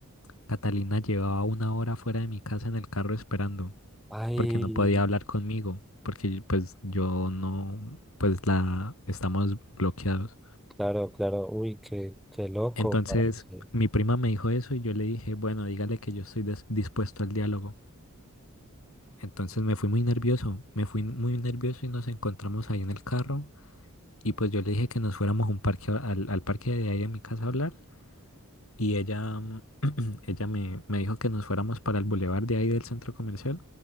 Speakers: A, on the left; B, in the centre.
A: Catalina llevaba una hora fuera de mi casa en el carro esperando,
B: Ay,
A: porque no podía hablar conmigo, porque pues yo no, pues la estamos bloqueados.
B: claro, claro, uy, qué, qué loco,
A: Entonces,
B: parce.
A: mi prima me dijo eso y yo le dije, bueno, dígale que yo estoy des- dispuesto al diálogo. Entonces me fui muy nervioso, me fui muy nervioso y nos encontramos ahí en el carro. Y pues yo le dije que nos fuéramos a un parque, a- al, al parque de ahí en mi casa a hablar. Y ella, mm, ella me, me dijo que nos fuéramos para el bulevar de ahí del centro comercial.